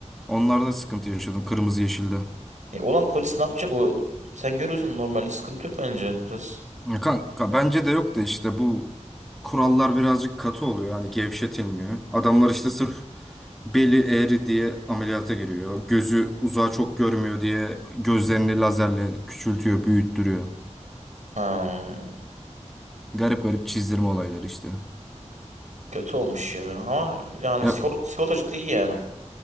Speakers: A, in the centre; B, on the right.
A: Onlarda sıkıntı yaşadım kırmızı yeşilde.
B: E, olan polis ne yapacak o? Sen görüyorsun normalde sıkıntı yok bence biraz.
A: Ya kanka bence de yok da işte bu kurallar birazcık katı oluyor. Hani gevşetilmiyor. Adamlar işte sırf beli eğri diye ameliyata giriyor. Gözü uzağa çok görmüyor diye gözlerini lazerle küçültüyor, büyüttürüyor.
B: Ha.
A: Garip garip çizdirme olayları işte.
B: Kötü olmuş ya. Ama yani
A: Ya,
B: sigorta, sigortacı da iyi yani.